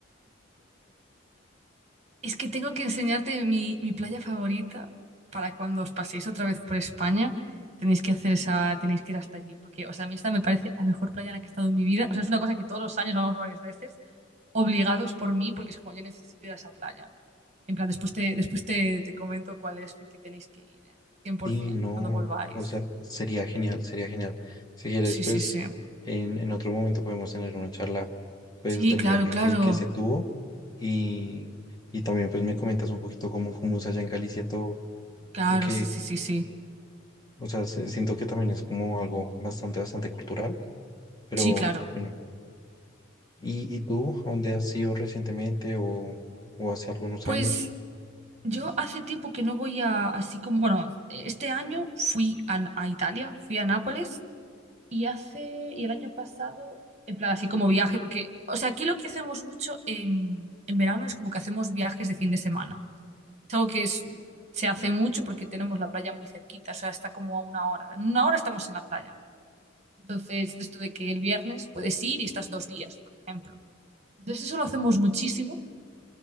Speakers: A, on the right; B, on the left.
A: Es que tengo que enseñarte mi, mi playa favorita para cuando os paséis otra vez por España. Tenéis que hacer esa, tenéis que ir hasta allí. Porque, o sea, a mí esta me parece la mejor playa en la que he estado en mi vida. O sea, es una cosa que todos los años vamos varias veces, obligados por mí, porque es como yo necesito ir a esa playa. En plan, después te, después te, te comento cuál es, porque tenéis que ir, ¿eh? 100%
B: Sí, no,
A: cuando volváis.
B: o sea, sería genial, sería genial. Si quieres,
A: Sí,
B: pues
A: sí, sí.
B: en, en otro momento podemos tener una charla, pues
A: Sí,
B: del
A: claro,
B: viaje
A: claro.
B: que, que se tuvo y, y también pues me comentas un poquito cómo, cómo es allá en Galicia todo,
A: Claro,
B: porque,
A: sí, sí, sí, sí.
B: o sea, se- siento que también es como algo bastante, bastante cultural, pero
A: Sí, claro.
B: bueno. ¿Y, y tú, a dónde has ido recientemente o, o hace algunos
A: Pues
B: años?
A: yo hace tiempo que no voy a, así como, bueno, este año fui a, a Italia, fui a Nápoles y hace, y el año pasado, en plan, así como viaje, porque, o sea, aquí lo que hacemos mucho en, en verano es como que hacemos viajes de fin de semana. Es algo que es- se hace mucho porque tenemos la playa muy cerquita, o sea, está como a una hora. En una hora estamos en la playa. Entonces, esto de que el viernes puedes ir y estás dos días, por ejemplo. Entonces, eso lo hacemos muchísimo.